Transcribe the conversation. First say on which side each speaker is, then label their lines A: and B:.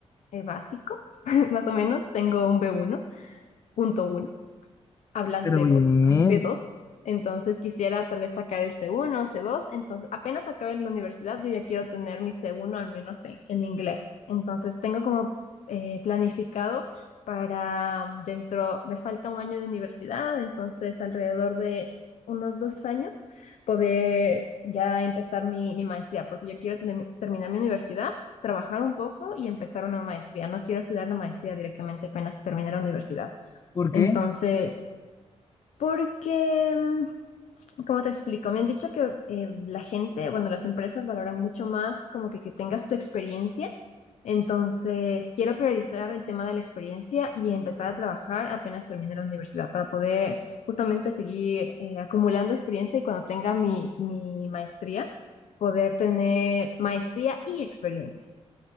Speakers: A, on the left (about 80°); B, on the left (about 30°).
A: eh, básico, <laughs> más o menos, tengo un b uno Punto uno hablante
B: Pero bien,
A: 2 <laughs> b dos Entonces quisiera tal vez sacar el c uno c dos Entonces apenas acabe la universidad, yo ya quiero tener mi c uno al menos en, en inglés. Entonces tengo como eh, planificado para um, dentro, me falta un año de universidad, entonces alrededor de unos dos años poder ya empezar mi, mi maestría, porque yo quiero tener- terminar mi universidad, trabajar un poco y empezar una maestría. No quiero estudiar la maestría directamente apenas terminar la universidad.
B: ¿por qué?
A: Entonces, porque, mm, como te explico, me han dicho que eh, la gente, bueno, las empresas valoran mucho más como que, que tengas tu experiencia. Entonces, quiero priorizar el tema de la experiencia y empezar a trabajar apenas termine la universidad para poder justamente seguir eh, acumulando experiencia y cuando tenga mi, mi maestría, poder tener maestría y experiencia.